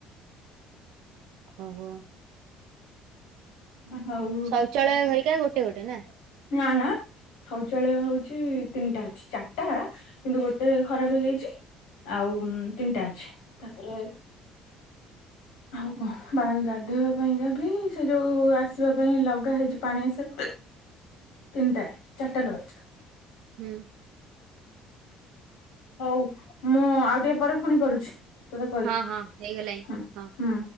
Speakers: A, on the right; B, on the left.
A: ଓହୋ।
B: ହଉ
A: ଶୌଚାଳୟ ଘରିକା ଗୋଟେ ଗୋଟେ ନା?
B: ନା ନା। ଶୌଚାଳୟ ହଉଛି ତିନିଟା ଚାରଟା। କିନ୍ତୁ ଗୋଟେ ଖରାପ ହେଇଯାଇଛି। ଆଉ ତିନିଟା ଅଛି। ତାପରେ ଆଉ କଣ ଗାଧୋଇବା ପାଇଁକାବି ସେ ଯୋଉ ଆସିବା ପାଇଁ ଲଗା ହେଇଛି ପାଣି ଆସିବା ତିନଟା ଚାରିଟା ଲଗା ହେଇଚି।
A: ହୁଁ।
B: ହଉ ମୁଁ ଆଉ ଟିକେ ପରେ ପୁଣି କରୁଛି। ତତେ କହିକି
A: ହଁ ହଁ ହେଇଗଲାଇଁ
B: ହୁଁ
A: ହଁ।
B: ହୁଁ।